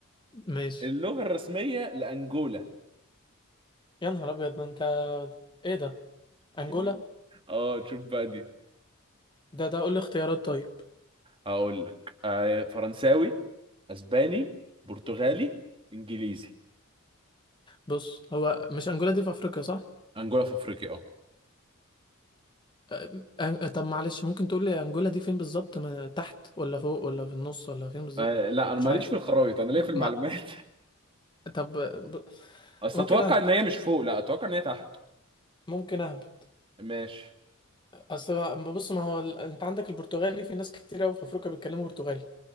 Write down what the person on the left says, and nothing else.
ماشي
يا نهار أبيض ما أنت إيه ده انجولا
ده ده قول لي اختيارات طيب
بص هو مش انجولا دي في افريقيا صح
أه، أن- طب معلش ممكن تقول لي انجولا دي فين بالظبط ما- تحت ولا فوق ولا في النص ولا فين بالظبط
مش
عارف
م-
ما طب ب...
ممكن
اهبط
ممكن اهبط
اصل ما- بص ما هو ال... انت عندك البرتغالي في ناس كتير قوي في افريقيا بيتكلموا برتغالي